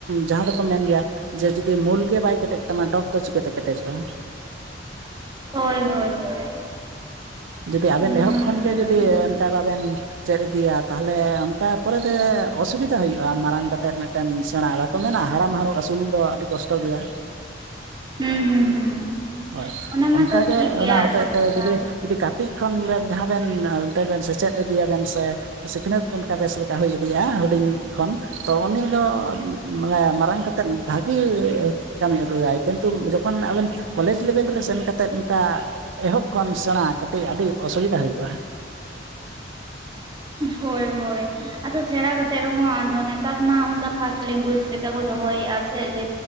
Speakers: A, on the right; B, on the right.
A: ᱡᱟᱦᱟᱸ ᱫᱚᱠᱚ ᱢᱮᱱ ᱜᱮᱭᱟ, ᱡᱮ ᱡᱩᱫᱤ ᱢᱩᱞ ᱜᱮ ᱵᱟᱭ ᱠᱮᱴᱮᱡᱚᱜ ᱛᱟᱢᱟ ᱰᱚᱜᱽ ᱫᱚ ᱪᱤᱠᱟᱹᱛᱮ ᱠᱮᱴᱮᱡᱚᱜᱼᱟ,
B: ᱦᱳᱭ ᱦᱳᱭ ᱦᱳᱭ
A: ᱡᱩᱫᱤ ᱟᱵᱮᱱ
B: ᱚᱱᱟ
A: ᱮᱦᱚᱵ
B: ᱢᱟ
A: ᱠᱷᱚᱱ
B: ᱠᱟᱛᱷᱟ
A: ᱜᱮ
B: ᱠᱟᱱ
A: ᱡᱩᱫᱤ
B: ᱜᱮᱭᱟ
A: ᱚᱱᱠᱟ ᱵᱟᱵᱮᱱ ᱪᱮᱫ ᱤᱫᱤᱭᱟ ᱛᱟᱦᱚᱞᱮ ᱚᱱᱠᱟ ᱠᱚᱚᱨᱛᱮ ᱚᱥᱩᱵᱤᱫᱟ ᱦᱩᱭᱩᱜᱼᱟ ᱢᱟᱨᱟᱝ ᱠᱟᱛᱮᱮᱫ ᱢᱤᱫᱴᱮᱱ ᱢᱤᱫᱴᱮᱱ ᱥᱮᱬᱟ ᱵᱟᱠᱚ ᱢᱮᱱᱟ ᱦᱟᱲᱟᱢᱼᱟᱲᱩ ᱟᱹᱥᱩᱞ ᱫᱚ ᱟᱹᱰᱤ ᱠᱚᱥᱴᱚ ᱜᱮᱭᱟ᱾
B: ᱦᱩᱸ ᱦᱩᱸ ᱦᱩᱸ
A: ᱦᱳᱭ
B: ᱚᱱᱟ ᱢᱟᱛᱚ
A: ᱚᱱᱠᱟᱜᱮ
B: ᱴᱷᱤᱠ ᱜᱮᱭᱟ
A: ᱚᱱᱟ ᱦᱚᱛᱮᱡ
B: ᱟᱫᱚ,
A: ᱛᱮ
B: ᱚᱱᱠᱟ
A: ᱡᱩᱫᱤ ᱡᱩᱫᱤ ᱠᱟᱹᱴᱤᱡ ᱠᱷᱚᱱ ᱵᱮᱱ ᱡᱟᱦᱟᱸ ᱵᱮᱱ ᱮᱚᱱᱛᱮ ᱵᱮᱱ ᱥᱮᱪᱮᱫ ᱤᱫᱤᱭᱟᱵᱮᱱ ᱥᱮ, ᱥᱤᱠᱷᱱᱟᱹᱛ ᱚᱱᱠᱟ ᱵᱮᱥ ᱞᱮᱠᱟ ᱦᱩᱭ ᱤᱫᱤᱜᱼᱟ ᱦᱩᱰᱤᱧ ᱠᱷᱚᱱ᱾ ᱛᱚ ᱩᱱᱤ ᱫᱚ ᱢᱟᱱᱮ ᱢᱟᱨᱟᱝ ᱠᱟᱛᱮᱫ ᱵᱷᱟᱜᱤ ᱠᱟᱹᱢᱤ ᱟᱹᱫᱟᱹᱭᱟᱭ ᱠᱤᱱᱛᱩ ᱡᱚᱠᱷᱚᱱ ᱟᱵᱮᱱ ᱠᱚᱞᱮᱡᱽ ᱞᱮᱵᱮᱞ ᱨᱮ ᱥᱮᱱ ᱠᱟ ᱠᱟᱛᱮᱮᱫ ᱚᱱᱠᱟ ᱮᱦᱚᱵ ᱠᱷᱚᱱ ᱥᱮᱬᱟ ᱠᱟᱛᱮᱫ ᱟᱹᱰᱤ ᱚᱥᱩᱵᱤᱫᱷᱟ ᱦᱩᱭᱩᱜᱼᱟ ᱾
B: ᱦᱳᱭ ᱦᱳᱭ ᱟᱫᱚ ᱥᱮᱬᱟ ᱠᱟᱛᱮ ᱨᱮᱦᱚᱸ ᱟᱫᱚ ᱱᱮᱛᱟᱨ ᱢᱟ ᱚᱱᱠᱟ ᱯᱷᱟᱥᱴ ᱞᱮᱝᱜᱩᱭᱮᱡᱽ ᱞᱮᱠᱟ ᱵᱚ ᱫᱚᱦᱚᱭᱮᱫᱼᱟ ᱥᱮ ᱡᱮ